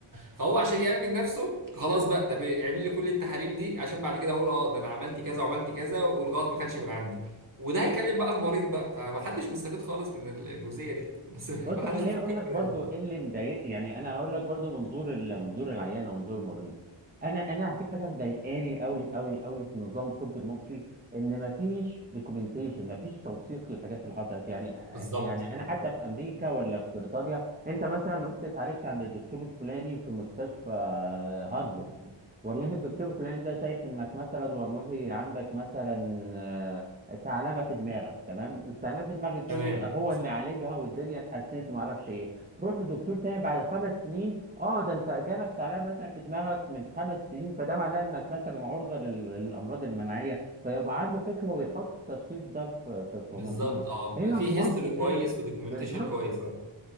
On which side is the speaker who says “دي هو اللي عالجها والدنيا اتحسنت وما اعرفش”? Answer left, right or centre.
Right